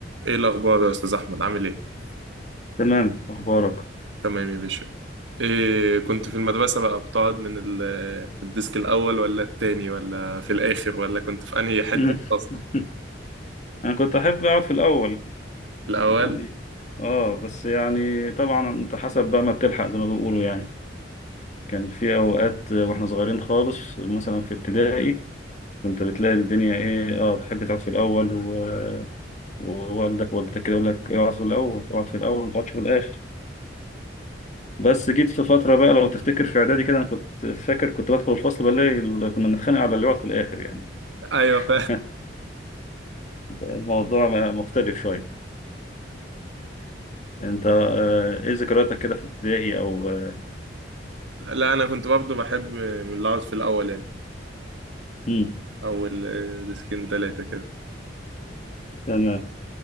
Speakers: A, on the right; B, on the left.
A: ايه الاخبار يا استاذ احمد عامل ايه
B: تمام اخبارك
A: تمام يا باشا إيه كنت في المدرسه بقى بتقعد من ال- الديسك الاول ولا التاني ولا في الاخر ولا كنت في انهي حته
B: مم.
A: في الفصل
B: <laughs> انا كنت احب اقعد في الاول
A: الاول
B: يعني اه بس يعني طبعا انت حسب بقى ما بتلحق زي ما بيقولوا يعني كان في اوقات واحنا صغيرين خالص مثلا في ابتدائي كنت بتلاقي الدنيا ايه اه بتحب تقعد في الاول و... ووالدك ووالدتك كده يقول لك اقعد في الاول اقعد في الاول ما تقعدش في الاخر بس جيت في فتره بقى لو تفتكر في اعدادي كده انا كنت فاكر كنت بدخل الفصل بلاقي ال- كنا بنتخانق على اللي يقعد في الاخر يعني
A: ايوه ف...
B: <laughs> الموضوع مختلف شويه انت آه، ايه ذكرياتك كده في ابتدائي او آه،
A: <laughs> لا انا كنت برضه بحب من اللي اقعد في الاول يعني
B: مم.
A: او الديسكين تلاتة كده
B: تمام